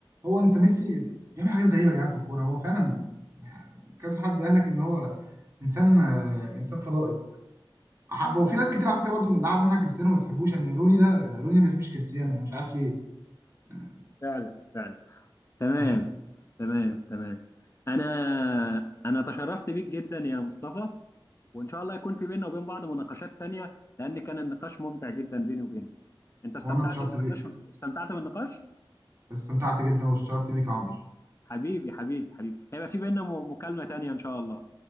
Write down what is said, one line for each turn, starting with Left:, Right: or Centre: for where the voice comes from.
Right: هو انت ميسي بيعمل حاجات غريبه يا جدعان في الكوره هو فعلا كذا حد قال لك ان هو انسان آه، انسان فضائي أحب وفي
Left: ده
Right: ناس كتير على فكره برضه بنلعب معاها كريستيانو ما بتحبوش يعني روني ده روني ما بيحبش كريستيانو مش عارف ليه يعني.
Left: فعلا فعلا تمام
Right: عشان
Left: تمام تمام انا انا تشرفت بيك جدا يا مصطفى وان شاء الله يكون في بيننا وبين بعض مناقشات تانية لان كان النقاش ممتع جدا بيني وبينك انت استمتعت
Right: وانا اتشرفت
Left: بالنقاش
Right: بيك
Left: استمتعت بالنقاش
Right: استمتعت جدا واتشرفت بيك يا عمرو
Left: حبيبي حبيبي حبيبي هيبقى في بيننا م- مكالمة تانية ان شاء الله